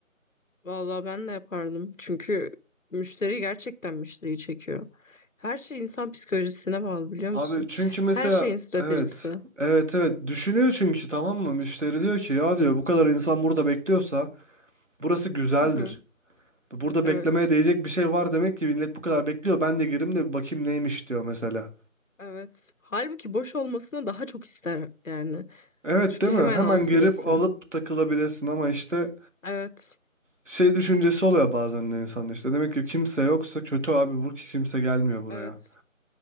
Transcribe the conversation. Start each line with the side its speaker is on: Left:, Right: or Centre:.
Left: Vallahi ben de yapardım. Çünkü müşteri gerçekten müşteriyi çekiyor. Her şey insan psikolojisine bağlı biliyor
Right: Abi
Left: musun?
Right: çünkü mesela
Left: Her şeyin stratejisi.
Right: evet evet evet düşünüyor çünkü tamam mı müşteri diyor ki ya diyor bu kadar insan burada bekliyorsa burası güzeldir.
Left: Hı hı.
Right: Burada
Left: Evet.
Right: beklemeye değecek bir şey var demek ki millet bu kadar bekliyor ben de gireyim de bir bakayım neymiş diyor mesela.
Left: Evet. Halbuki boş olmasını daha çok ister yani.
Right: Evet
Left: Çünkü
Right: değil
Left: hemen
Right: mi? Hemen
Left: alsın
Right: girip
Left: yesin.
Right: alıp takılabilirsin ama işte
Left: Evet.
Right: şey düşüncesi oluyor bazen de insanda işte demek ki kimse yoksa kötü abi bu ki kimse gelmiyor buraya.
Left: Evet.